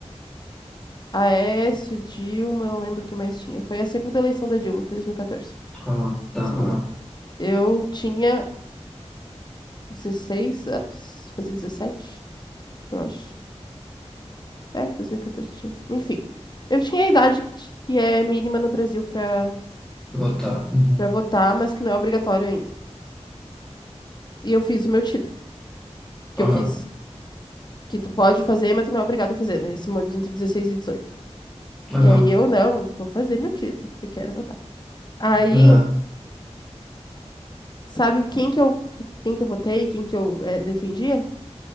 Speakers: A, on the left; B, in the centre.
A: Aécio, Dilma, não lembro quem mais tinha. Foi a segunda eleição da Dilma, foi 2014.
B: Ah, tá.
A: Segunda.
B: Ah,
A: Eu tinha 16 anos, fazia 17, eu acho. É, 2014 tinha. Enfim, eu tinha a idade que que é mínima no Brasil pra
B: oh, tá. Uhum.
A: para votar, mas que não é obrigatório ainda. E eu fiz o meu título, porque
B: Aham,
A: eu quis. Que tu pode fazer, mas tu não é obrigado a fazer, né? Esse modo entre 16 e 18.
B: aham,
A: E aí eu não, vou fazer meu título, porque eu quero votar. Aí,
B: aham.
A: sabe quem que eu quem que eu votei, quem que eu eh, defendia?